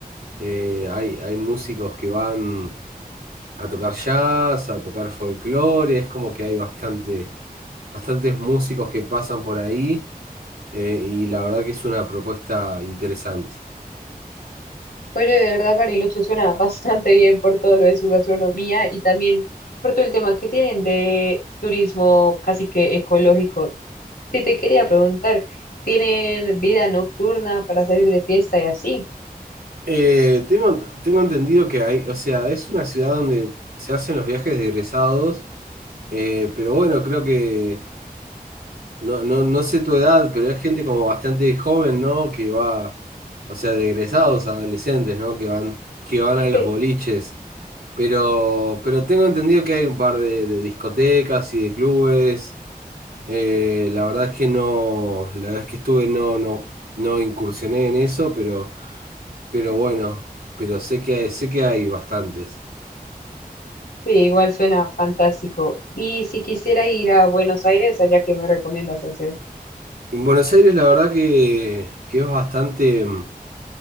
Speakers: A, on the right (about 80°); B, on the left (about 75°).
A: Eh, hay, hay músicos que van. a tocar jazz, a tocar folclore, es como que hay bastante, bastantes músicos que pasan por ahí eh, y la verdad que es una propuesta interesante.
B: Oye, de verdad, Bariloche suena bastante bien por todo lo de su gastronomía y también por todo el tema que tienen de turismo casi que ecológico. Sí, te quería preguntar, ¿tienen vida nocturna para salir de fiesta y así?
A: Eh, tengo, tengo entendido que hay, o sea, es una ciudad donde se hacen los viajes de egresados, eh, pero bueno, creo que, no, no, no sé tu edad, pero hay gente como bastante joven, ¿no? Que va o sea, de egresados adolescentes, ¿no? Que van, que van a los
B: Sí.
A: boliches. Pero, pero tengo entendido que hay un par de, de discotecas y de clubes. Eh, la verdad es que no, la vez que estuve no, no, no incursioné en eso, pero, pero
B: <laughs>
A: bueno, pero sé que hay, sé que hay bastantes.
B: Sí, igual suena fantástico. Y si quisiera ir a Buenos Aires, allá qué me recomiendas hacer.
A: En Buenos Aires la verdad que, que es bastante, mm,